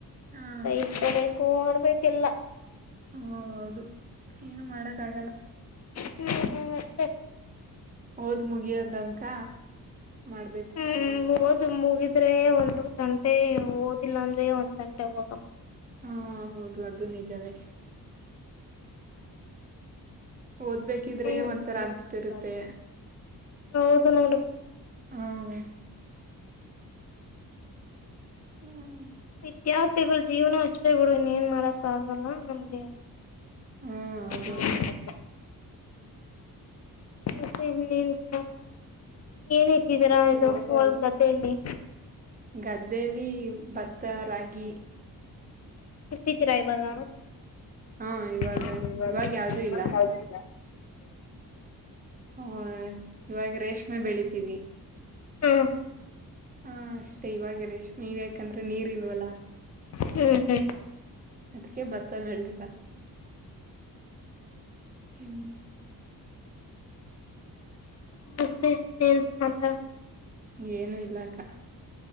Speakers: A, on the right; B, on the left.
A: ಹಾ
B: <unintelligible> ಹ ಮಾಡ್ಬೇಕಲ್ಲ.
A: ಹ ಹೌದು ಏನು ಮಾಡಕ್ ಗಲ್ಲ.
B: ಹ್ಮ್ಮ ಮತ್ತೆ.
A: ಹೋದ್ ಮುಗಿಯ್ದನಕ ಮಾಡ್ಬೇಕು.
B: ಹ್ಮ್ ಓದು ಮುಗಿದ್ರೆ ಒಂದು ತಂಟೆ ಓದಿಲ್ಲ ಅಂದ್ರೆ ಒಂದ್ ತಂಟೆ ಹೋಗಮ್ಮ.
A: ಹಾ ಆ ಹೌದು ಅದು ನಿಜನೇ. ಓದ್ಬೇಕಿದ್ರೆ
B: ಮತ್ತೆ
A: ಒಂಥರ ಅನ್ಸ್ತಿರುತ್ತೆ
B: ಹೌದು ನೋಡು
A: ಹ್ಮ. ಹ್ಮ್
B: ವಿದ್ಯಾರ್ಥಿಗಳು ಜೀವನ ಅಷ್ಟೇ ಬಿಡು ಇನ್ನ ಏನ್ ಮಾಡಕ್ ಆಗಲ್ಲ ನಮ್ಗೆ.
A: ಹ್ಮ್,
B: ಹೌದು.
A: ಅಕ್ಕ
B: ಮತ್ತೆ ಇನ್ನೇನ್ ಸುಮಾಚ್ ಚರ. ಏನ್ ಇಟ್ಟಿದೀರಾ ಇದು ಹೊಲ್ ದೆಲ್ಲಿ
A: ಗದ್ದಲಿ ಭತ ರಾ ಗಿ.
B: ಇಟ್ಟೀರಾ ಇವಾಗ
A: ಹಾ ಇವಾಗ
B: ಯಹಾ ಇವಾಗ್
A: ಇವಾಗ ಯಾವ್ದೂ ಇಲ್ಲ
B: ಯಾವುದು ಇಲ್ಲ.
A: ಹ್ಮ ಇವಾಗ ರೇಷ್ಮೆ ಬೆಳಿತೀವಿ.
B: ಹ್ಮ್
A: ಹಾ ಅಷ್ಟೇ ಇವಾಗ ರೇಷ್ಮೆನೀವ ಯ್ಯಾಕ್ ಯಾಕಂದ್ರೆ ನೀರ್ ಇಲ್ವಲ್ಲ
B: ಹ್ಮ್
A: ಅದಕ್ಕೆ ಭತ್ತ ಬೆಳದಿಲ್ಲ. ಹ್ಮ್
B: ಮತ್ತೆ ಇನ್ನ ಏನ್ ಸಮಾಚಾರ.
A: ಏನು ಇಲ್ಲಾ ಅಕ್ಕಾ.